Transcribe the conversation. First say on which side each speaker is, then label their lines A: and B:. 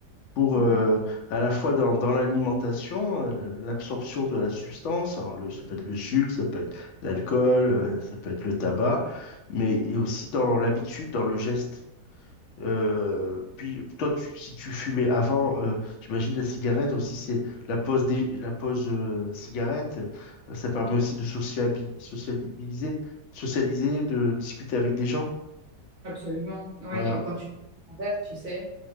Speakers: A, on the left; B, on the right.
A: pour
B: Mhm.
A: euh, à la fois dans, dans l'alimentation, euh, l'absorption de la substance, alors le, ça peut être le sucre, ça peut être l'alcool, euh, ça peut être le tabac, mais et aussi dans l'habitude, dans le geste. Euh, puis toi, tu- si tu fumais avant, euh, j'imagine la cigarette aussi, c'est la pause des, la pause euh, cigarette, euh, ça permet aussi de sociabi- sociabiliser, socialiser, de discuter avec des gens.
B: Absolument. Oui,
A: Voilà.
B: ou quand tu bois un verre, tu sais,